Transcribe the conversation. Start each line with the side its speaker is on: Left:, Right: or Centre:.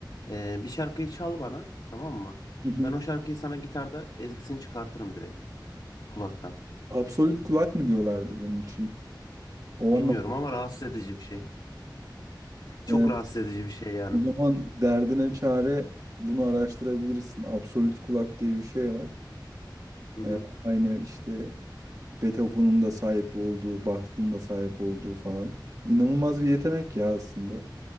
Left: Ee, bir şarkıyı çal bana tamam mı?
Right: Hı hı.
Left: Ben o şarkıyı sana gitarda ezgisini çıkartırım direkt kulaktan.
Right: Absolut kulak mı diyorlardı bunun için? O
Left: Bilmiyorum
Right: anlam.
Left: ama rahatsız edici bir şey. Çok
Right: Evet,
Left: rahatsız edici bir şey yani.
Right: o zaman derdine çare bunu araştırabilirsin. Absolut kulak diye bir şey var.
Left: Hı hı.
Right: Ee, aynı işte Beethoven'ın da sahip olduğu, Bach'ın da sahip olduğu falan. İnanılmaz bir yetenek ya aslında.